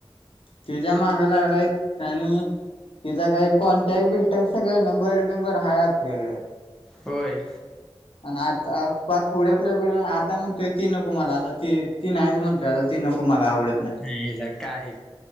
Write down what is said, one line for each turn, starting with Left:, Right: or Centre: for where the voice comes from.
Left: तेच्या मागा लागलाय आणि तिचा काय कॉन्टॅक्ट बिलटॅक सगळ नंबर बिंबर हाय आपल्याकडं.
Centre: होय
Left: आणि आता पाक उडखलय बिडखल आता म्हणतोय ती नको मला आ ती ती नाहीच म्हणतोय आता ती नको मला आवडत नाय.
Centre: हिला काय